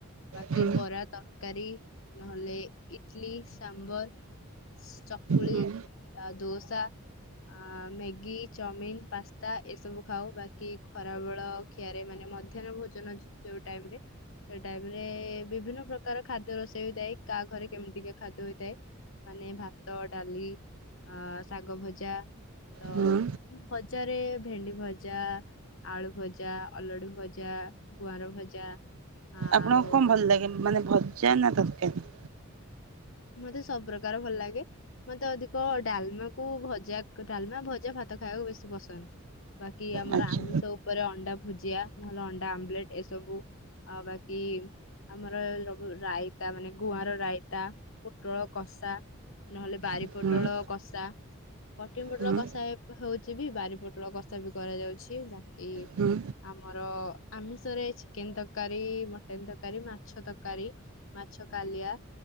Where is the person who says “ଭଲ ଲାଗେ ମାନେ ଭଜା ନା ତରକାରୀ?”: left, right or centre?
Right